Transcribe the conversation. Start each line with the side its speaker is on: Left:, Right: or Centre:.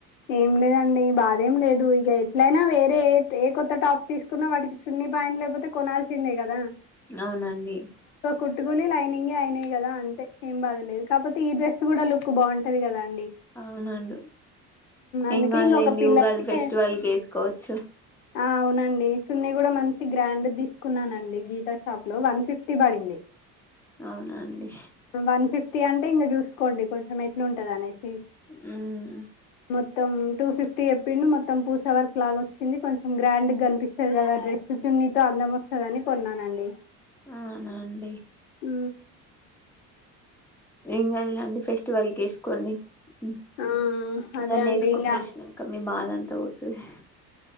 Left: ఏం లేదండి బాధేం లేదు ఇగ ఎట్లయినా వేరే ఏ కొత్త టాప్స్ తీసుకున్నా వాటికి చున్నీ బయ లేకపోతే కొనాల్సిందే కదా
Centre: అవునండి
Left: పెట్టుకొని లైనింగే అయినాయి కదా అంతేం బాదులేదు కాపోతే ఈ డ్రెస్ కూడా లుక్ బాగుంటుది కదాం
Centre: అవునండు
Left: అందుకే
Centre: ఎం కాదుండి
Left: ఇంకొక పిల్లకి
Centre: ఉగాది ఫెస్టివల్ క వేసుకోవచ్చు
Left: ఆ అవునండి చున్నీ కూడా మంచి గ్రాండ్ తీసుకున్నానండి గీతా షాప్ లో వన్ ఫిఫ్టీ పడింది
Centre: అవునండి
Left: వన్ ఫిఫ్టీ అంటే ఇంకా చూసుకోండి కొంచెం ఎట్లు ఉంటది అనేసి
Centre: అ
Left: మొత్తం టూ ఫిఫ్టీ చెప్పిండు మొత్తం పూస్వర్ క లాగా వచ్చింది కొంచెం గ్రాండ్ కనిపిస్తుంది కదా డ్రెస్ చున్నీతో అందం వస్తుందిని కొన్నానండి
Centre: అవునండి
Left: ఉ
Centre: ఇ అదిలా అండి పసి వాళ్ళకి వేసుకోండి ద
Left: ఆ అదే
Centre: దాన్ని
Left: అండి
Centre: వేసుకొని
Left: ఇంగా
Centre: చూసినాంక మీ బాధంతా పోతుంది